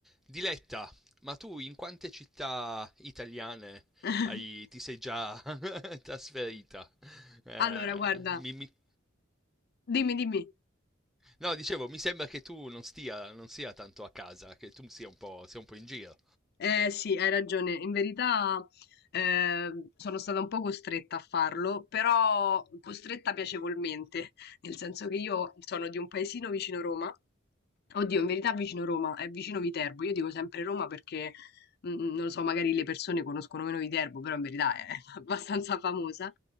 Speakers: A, in the centre; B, on the left.
A: Diletta, ma tu in quante città italiane
B: <laughs>
A: hai- ti sei già <laughs> trasferita? Eh,
B: Allora, guarda,
A: mi- mi-
B: dimmi, dimmi.
A: no, dicevo, mi sembra che tu non stia, non sia tanto a casa, che tu sia un po', sia un po' in giro.
B: Eh sì, hai ragione. In verità eh, sono stata un po' costretta a farlo, però costretta piacevolmente, <laughs> nel senso che io sono di un paesino vicino Roma. Oddio, in verità vicino Roma, è vicino Viterbo. Io dico sempre Roma perché, mm, mm, non lo so, magari le persone conoscono meno Viterbo, però in verità è <laughs> abbastanza famosa.